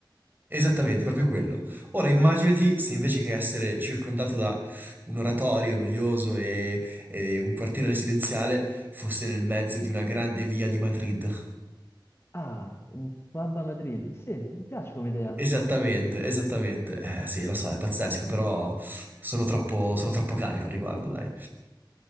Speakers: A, on the right (about 25°); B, on the left (about 30°).
A: Esattamente, proprio quello. Ora immaginati se invece che essere circondato da un oratorio noioso e, e un quartiere residenziale fosse nel mezzo di una grande via di Madrid.
B: Ah, un pub a Madrid, sì, mi piace come idea.
A: Esattamente, esattamente. Eh, sì, lo so, è pazzesco, però sono troppo, sono troppo carico al riguardo, dai.